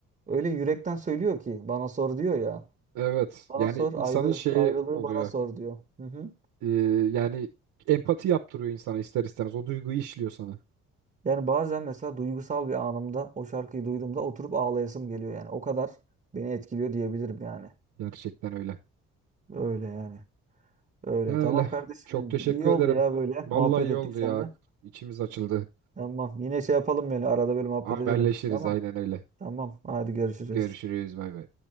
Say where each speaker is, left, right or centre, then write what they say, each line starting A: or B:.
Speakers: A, on the right; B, on the right.
A: öyle yürekten söylüyor ki bana sor diyor ya.
B: Evet.
A: Bana
B: Yani
A: sor
B: insanın
A: ayrı
B: şeyi
A: ayrılığı
B: oluyor.
A: bana sor diyor. Hı hı.
B: E, yani empati yaptırıyor insana ister istemez. O duyguyu işliyor sana.
A: Yani bazen mesela duygusal bir anımda o şarkıyı duyduğumda oturup ağlayasım geliyor yani. O kadar beni etkiliyor diyebilirim yani.
B: Gerçekten öyle.
A: Öyle yani. Öyle.
B: Öyle.
A: Tamam kardeşim.
B: Çok teşekkür
A: İyi oldu
B: ederim.
A: ya böyle
B: Vallahi
A: muhabbet
B: iyi
A: ettik
B: oldu
A: seninle.
B: ya. İçimiz açıldı.
A: Tamam. Yine şey yapalım yani arada böyle muhabbet
B: Haberleşiriz
A: edelim. Tamam.
B: aynen öyle.
A: Tamam. Tamam. Hadi görüşürüz.
B: Görüşürüz bay bay.